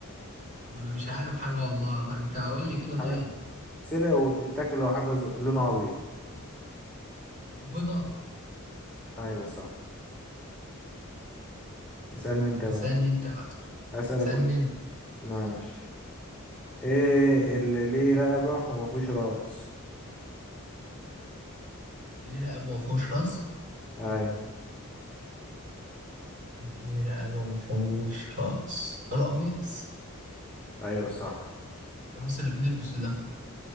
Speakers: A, on the right (about 35°); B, in the centre.
A: ما انا مش عارف حاجه والله فانت قول لي كده طيب
B: حاجة بتتسلق وبتتاكل لو حاجة ز- لونها ابيض
A: بيضه
B: ايوه صح اسألني انت بقى
A: اسالني انت بقى
B: اسألك
A: اسالني
B: ولا
A: انت
B: ماشي ايه اللي ليه رقبة ومفيش رأس
A: ليه رقبه وما فيهوش راس
B: اي
A: ليه رقبه وما فيهوش راس القميص
B: ايوه صح
A: القميص اللي بنلبسه ده